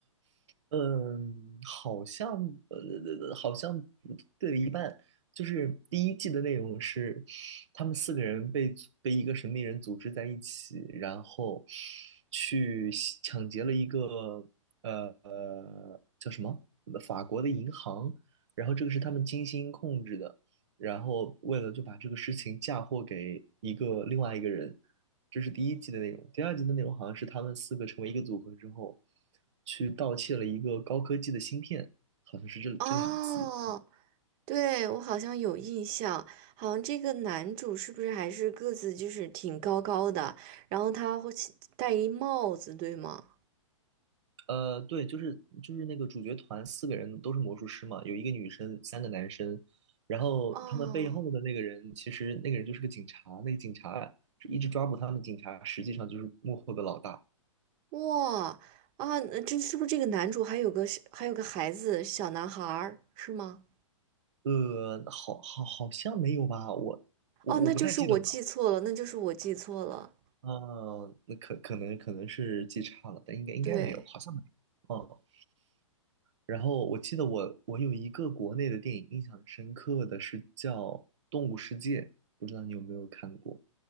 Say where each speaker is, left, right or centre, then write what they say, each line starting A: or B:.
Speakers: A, on the right; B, on the right.
A: 嗯，好像呃，呃呃好像对了一半。就是第一季的内容是，他们四个人被被一个神秘人组织在一起，然后去袭抢劫了一个呃叫什么法国的银行，然后这个是他们精心控制的，然后为了就把这个事情嫁祸给一个另外一个人，这是第一季的内容。第二季的内容好像是他们四个成为一个组合之后，去盗窃了一个高科技的芯片，好像是这这两集。
B: 哦，对，我好像有印象，好像这个男主是不是还是个子就是挺高高的，然后他会戴一帽子，对吗？
A: 呃，对，就是就是那个主角团四个人都是魔术师嘛，有一个女生，三个男生。然后他们背后的那个人，
B: 哦，
A: 其实那个人就是个警察，那个警察一直抓捕他们，警察实际上就是幕后的老大。
B: 哇啊，那这是不是这个男主还有个是还有个孩子小男孩儿是吗？
A: 呃，好，好，好像没有吧？我，我，
B: 哦，
A: 我不太记得了。
B: 那就是我记错了，那就是我记错了。
A: 嗯，那可可能可能是记差了，但应该应该没有，
B: 对，
A: 好像没有。哦，然后我记得我我有一个国内的电影印象很深刻的是叫《动物世界》，不知道你有没有看过？